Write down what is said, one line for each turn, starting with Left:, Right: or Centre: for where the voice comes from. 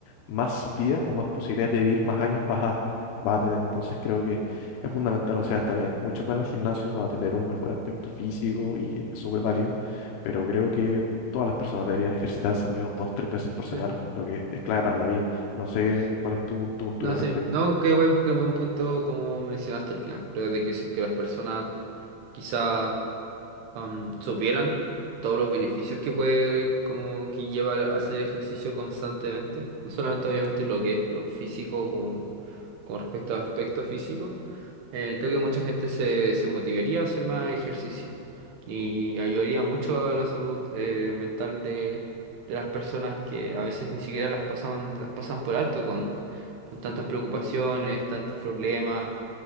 Left: más vida o más posibilidades de vivir más años vas a, vas a tener. Entonces creo que es fundamental, o sea, está bien, mucho para el gimnasio para tener un mejor aspecto físico y es súper válido, pero creo que todas las personas deberían ejercitarse al menos dos, tres veces por
Right: Sí,
Left: semana. Creo que es clave para la vida. No sé
Right: sí.
Left: cuál es tu, tu postura
Right: No,
Left: al
Right: sí.
Left: respecto.
Right: No, qué buen, qué buen punto como mencionaste al final. Creo de que si es que las personas quizás am, supieran todos los beneficios que puede, como que lleva a hacer ejercicio constantemente, no solamente obviamente lo que es lo físico, como con respecto a aspectos físicos, eh, creo que mucha gente se, se motivaría a hacer más ejercicio y ayudaría mucho a la salud eh, mental de, de las personas que a veces ni siquiera las pasan, las pasan por alto con, con tantas preocupaciones, tantos problemas,